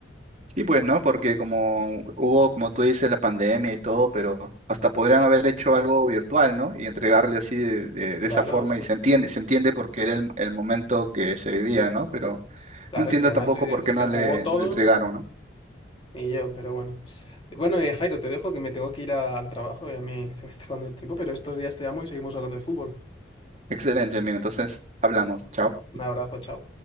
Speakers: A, on the right (about 40°); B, on the left (about 30°).
A: Sí, pues, ¿no? Porque como hubo, como tú dices, la pandemia y todo, pero hasta podrían haber hecho algo virtual, ¿no? Y entregarle así de, de- de
B: Claro,
A: esa forma
B: eso-
A: y se entiende, se entiende porque era el, el momento que se vivía, ¿no? Pero
B: claro,
A: no entiendo
B: y si además
A: tampoco
B: eh,
A: por
B: si
A: qué
B: se
A: no
B: jugó
A: le,
B: todo,
A: le entregaron, ¿no?
B: y yo, pero bueno. Bueno, eh, Jairo, te dejo que me tengo que ir a- al trabajo y a mí se me está acabando el tiempo, pero estos días te amo y seguimos hablando de fútbol.
A: Excelente, amigo. Entonces, hablamos. Chao.
B: Un abrazo, chao.